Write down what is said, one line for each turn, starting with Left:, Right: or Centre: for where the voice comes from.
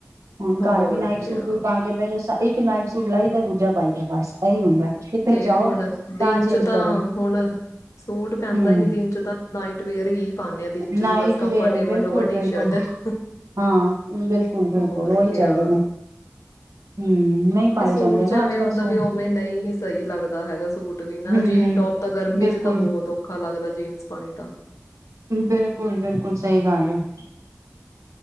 Right: ਹੁਣ
Left: ਹੋਰ
Right: ਘਰ ਵੀ ਨਾਈ
Left: ਕਿਆ
Right: ਸੂਟ ਪਾ ਕੇ ਬਹਿ ਜੋ ਇੱ ਨਾਈਟ ਸੂਟ ਲਾਈ ਦਾ ਦੂਜਾ ਪਾਈ ਦਾ ਬਸ ਇਹੀ ਹੁੰਦਾ। ਕਿਤੇ
Left: ਤੇ
Right: ਜਾਓ
Left: ਹੁਣ ਦਿਨ
Right: ਚੇਂਜ
Left: ਚ ਤਾਂ
Right: ਕਰੋ
Left: ਹੁਣ ਸੂਟ ਪੈਂਦਾ
Right: ਹਮ
Left: ਹੀ ਨੀ ਦਿਨ ਚ ਨਾਈਟ ਵੇਅਰ ਹੀ ਪਾਦੇ ਆ ਦਿਨ ਚ
Right: ਨਾਈਟ
Left: ਵੀ ਬਸ ਕੰਫਰਟੇਬਲ
Right: ਵੇਅਰ ਹੀ ਬਿਲਕੁਲ
Left: ਲੋਵਰ
Right: ਬਿਲਕੁਲ
Left: ਟੀ-ਸ਼ਰਟ ਟੀ
Right: ਹਾਂ ਬਿਲਕੁਲ ਬਿਲਕੁਲ
Left: ਹੋਰ
Right: ਉਹੀ
Left: ਕਿਆ।
Right: ਚੱਲਦੇ ਨੇ ਹਮ ਨਹੀਂ ਪਾਏ
Left: ਸੂਟ
Right: ਜਾਂਦੇ
Left: ਚ
Right: ਨਾ
Left: ਐਵੇਂ
Right: ਅੱਜ ਕੱਲ੍ਹ
Left: ਹੁੰਦਾ
Right: ਸੂਟ
Left: ਵੀ ਉਵੇਂ ਨਹੀਂ ਸਹੀ ਲੱਗਦਾ ਹੈਗਾ ਸੂਟ ਵੀ ਨਾ
Right: ਹਮ
Left: ਜੀਨ-ਟੋਪ
Right: ਹਮ
Left: ਤਾਂ ਗਰਮੀ
Right: ਬਿਲਕੁਲ
Left: ਚ ਤਾਂ ਬਹੁਤ ਔਖਾ ਲੱਗਦਾ ਜੀਨਸ ਪਾਣੀ ਤਾਂ।
Right: ਬਿਲਕੁਲ <unintelligible>